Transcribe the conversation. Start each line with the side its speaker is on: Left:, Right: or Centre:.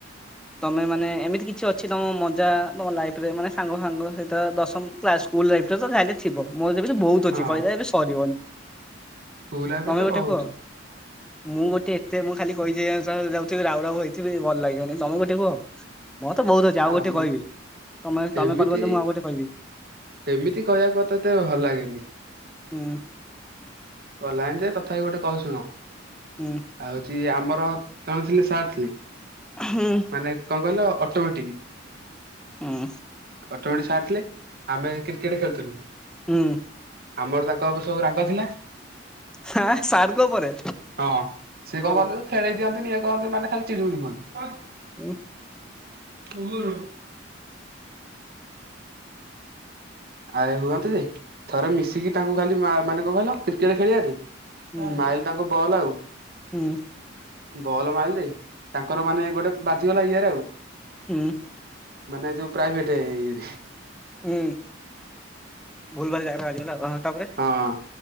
Centre: ତମେ ମାନେ ଏମିତି କିଛି ଅଛି ତମ ମଜା ତୁମ ଲାଇଫ ରେ ମାନେ ସାଙ୍ଗ ସାଙ୍ଗ ସହିତ ଦଶମ୍ ସ୍କୁଲ ଲାଇଫ୍‌ରେ ଯାହା ହେଲେ ଥିବ ମୋର ବି ଏବେ ବହୁତ
Right: ହଁ
Centre: ଅଛି କହିଲେ ଏବେ ସରିବନି
Right: ସ୍କୁଲ ଲାଇଫରେ
Centre: ତମେ
Right: ତ
Centre: ଗୋଟେ
Right: ବହୁତ
Centre: କୁହ ମୁଁ ଗୋଟେ ଏତେ ମୁଁ ଖାଲି କହିଦେବି ଯାଉଥିବି ରାଉ ରା ହେଇଥିବି ଭଲ ଲାଗିବନି ତମେ ଗୋଟେ କୁହ ମଁ ତ ବହୁତ ଅଛି ଆଉୋଟେ
Right: ଆମ
Centre: କିହିବି ତମେ ତମେ
Right: ଏମିତି
Centre: କଲ୍ କଲେ ମୁଁ ଆଉ ଗୋଟେ କହିବି
Right: ଏମିତି କହିବାକୁ କଥା ଭଲ ଲାଗେନି
Centre: ହୁଁ
Right: ଗଲାଣି ଯେ ତଥାପି ଗୋଟେ କଥା ଶୁଣ
Centre: ହୁଁ
Right: ଆଉ ହଉଛି ଆମର କଣେ ଥିଲେ ସାର୍ ଥିଲେ
Centre: ହୁଁ
Right: ମାନେ କଣ କହିଲ ଅଟୋମେଟିକ୍
Centre: ହଁ
Right: ଗୋଟେ ପଟେ ସାରଥିଲେ ଆମେ କ୍ରିକେଟ ଖେଳୁଥିଲୁ
Centre: ହୁଁ
Right: ଆମର ତାଙ୍କ ଉପରେ ସବୁ ରାଗ ଥିଲା
Centre: ହାଁ ସାର୍ଙ୍କ ଉପରେ
Right: ହଁ ସିଏ
Centre: ହଉ
Right: କଣ କରନ୍ତି ଖେଳେଇ ଦିଅନ୍ତି ଇଏ କହନ୍ତି ମାନେ ଖାଲି ଚିଡିମିଳି କୁହନ୍ତି
Centre: ହ
Right: ଗୁରୁ ଆରେ ହୁଅନ୍ତେ ଥରେ ମିଶିକି ତାଙ୍କୁ ଖାଲି ମା ମାନେ କଣ କହିଲ କ୍ରିକେଟ୍‌ଖେଳିବାନି
Centre: ହୁଁ
Right: ମାଇଲ୍‌ତାଙ୍କ ବଲ ଆଉ
Centre: ହୁଁ
Right: ଭଲ ମାଇଲରେ ତାଙ୍କର ମାନେ ଗୋଟେ ବାଜିଗଲା ଇଏରେ ଆଉ
Centre: ହୁଁ!
Right: ମାନେ ଯୋଉ ପ୍ରାଇଭେଟ ଇଏରେ!
Centre: ହୁଁ! ଭୁଲ ଭାଲ ଜାଗା ରେ ବାଜିଗଲା ଓ ହୋ ତାପରେ!
Right: ହଁ